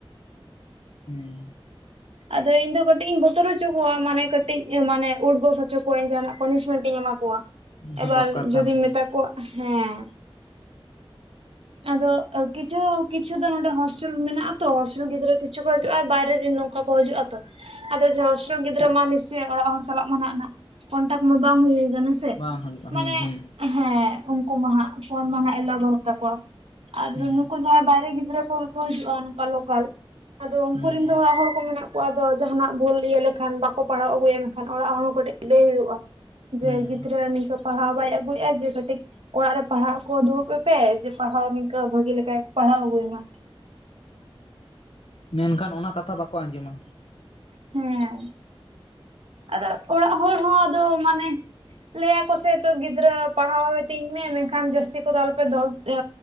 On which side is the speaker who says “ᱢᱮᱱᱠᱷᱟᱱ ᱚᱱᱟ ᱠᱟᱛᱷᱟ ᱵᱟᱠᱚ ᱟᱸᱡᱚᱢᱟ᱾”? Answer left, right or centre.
Left